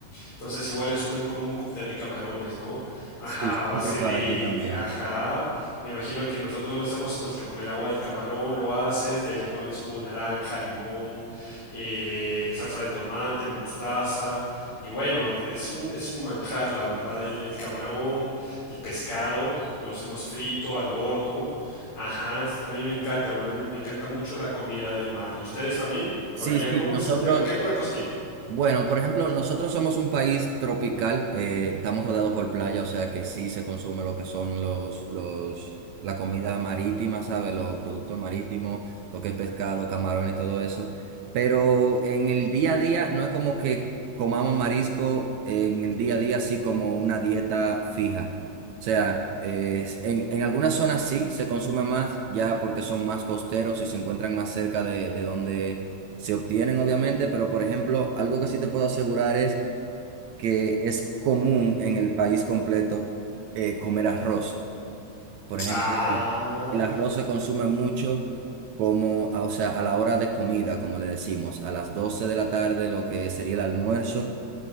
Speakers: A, on the left; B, on the right.
A: entonces igual es un, como un cóctel de camarones, ¿no? Ajá,
B: Sí,
A: a base
B: se prepara
A: de...
B: aquí también.
A: Ajá, me imagino que nosotros lo hacemos pues le- con el agua del camarón, lo haces, de ahí le pones jugo de naranja, limón, eh, salsa de tomate, mostaza. Y bueno, es es un, es un manjar, la verdad, el, el camarón, el pescado, lo hacemos frito, al horno. Ajá, es- a mí me encanta, me, man- me encanta mucho la comida del mar. ¿Y ustedes también? Por
B: Sí,
A: allá,
B: sí,
A: ¿cómo
B: nosotros,
A: es el tema? ¿Qué platos tienen?
B: Bueno, por ejemplo, nosotros somos un país tropical, eh, estamos rodeados por playa, o sea que sí se consume lo que son los, los, la comida marítima, ¿sabes? Los productos marítimos, lo que es pescado, camarón y todo eso. Pero en el día a día no es como que comamos marisco en el día a día así como una dieta fija. O sea, eh, en, en algunas zonas sí se consume más, ya porque son más costeros y se encuentran más cerca de, de donde se obtienen obviamente, pero por ejemplo, algo que sí te puedo asegurar es que es común en el país completo eh, comer arroz. Por ejemplo,
A: Ah.
B: el arroz se consume mucho como, a- o sea, a la hora de comida, como le decimos, a las 12 de la tarde, lo que sería el almuerzo.